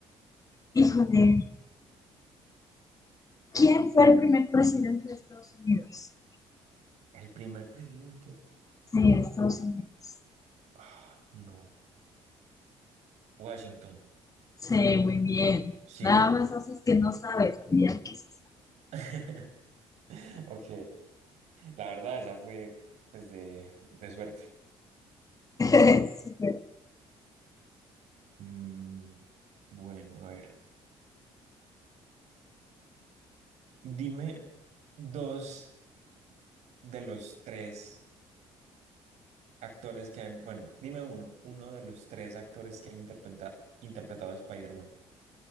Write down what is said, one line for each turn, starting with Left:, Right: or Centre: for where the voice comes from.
Left: híjole, ¿quién fue el primer presidente de Estados Unidos?
Right: El primer presidente.
Left: Sí, de Estados Unidos.
Right: Ah, no. Washington.
Left: Sí, muy bien.
Right: Sí.
Left: Nada más haces que no sabes, pero ya que sí
Right: <laughs> Ok. La verdad, esa fue pues, de, de suerte.
Left: sabes. <laughs> Súper.
Right: Mm, bueno, a ver. Dime dos de los tres actores que han, bueno, dime uno, uno de los tres actores que han interpreta- interpretado a Spider-Man,